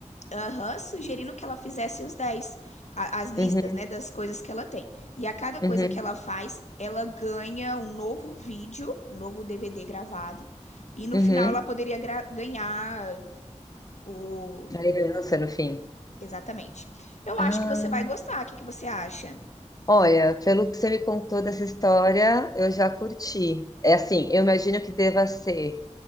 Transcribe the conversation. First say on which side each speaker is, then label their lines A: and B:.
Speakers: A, on the left; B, on the left.
A: Aham, sugerindo que ela fizesse os 10 a- as listas,
B: Uhum,
A: né, das coisas que ela tem. E a cada coisa
B: uhum,
A: que ela faz, ela ganha um novo vídeo, um novo DVD gravado, e no
B: uhum.
A: final ela poderia gra- ganhar o...
B: A herança no fim.
A: Exatamente. Eu
B: Ah,
A: acho que você vai gostar, o que que você acha?
B: olha, pelo que você me contou dessa história, eu já curti. É assim, eu imagino que deva ser.